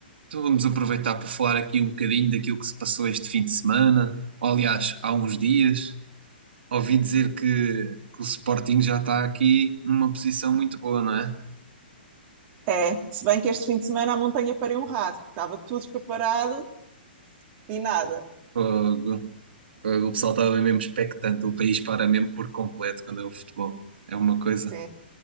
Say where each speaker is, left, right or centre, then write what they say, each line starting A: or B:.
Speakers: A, on the right (about 70°); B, on the right (about 25°).
A: Então vamos aproveitar para falar aqui um bocadinho daquilo que se passou este fim de semana. Ou, aliás, há uns dias, ouvi dizer que, que o Sporting já está aqui numa posição muito boa, não é?
B: É, se bem que este fim de semana a montanha pariu um rato, estava tudo preparado e nada.
A: Fogo. Fogo. O pessoal estava mesmo expectante, o país para mesmo por completo quando é o futebol. É uma coisa.
B: Sim,